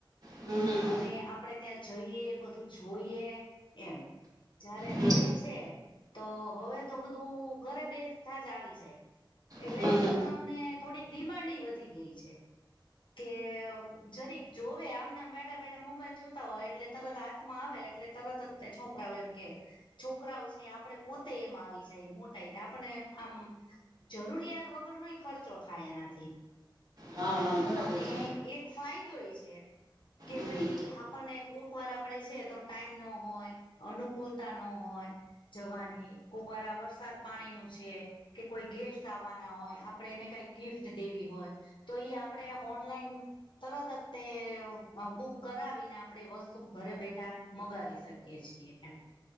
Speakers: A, on the right; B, on the left.
A: હમ હમ
B: અને આપણેે ત્યાં જઈએ બધું જોઈએ એમ. જયારે
A: હમ
B: હવે છે તો હવે તો બધું ઘરે બેથા જ આવી જાય. એટલે
A: હમ
B: છોકરાઓને
A: હમ.
B: થોડીક ડિમાન્ડઈ વધી ગઈ છે. કે અ જરીક જોવે આમ નામ બેઠા- બેઠા મોબાઈલ જોતા હોય એટલે તરત હાથમાં આવે એટલે તરત જ તે છોકરાઓ એમ કે છોકરાઓ છે આપડે પોતેય એમ આવી જાય મોટાઇ તે આપણે આમ જરૂરિયાત વગર નોય ખર્ચો થાય એનાથી.
A: હા હા હા બરાબર
B: અને
A: છે
B: એક ફાયદો ય છે. કે
A: હમ.
B: ભઈ આપણને કોક વાર આપડે છે તો ટાઈમ ન હોય. અનુકૂળતા નો હોય જવાની કોકવાર આ વરસાદ પાણીનું છે. કે કોઈ ગેસ્ટ આવવાના હોય આપડે એને કાંઈ ગિફ્ટ દેવી હોય તો ઈ આપણેે ઓનલાઈન તરત જ તે અ બુક કરાવીને આપણેે વસ્તુ ઘરે બેઠા મગાવી શકીએ છીએ એમ.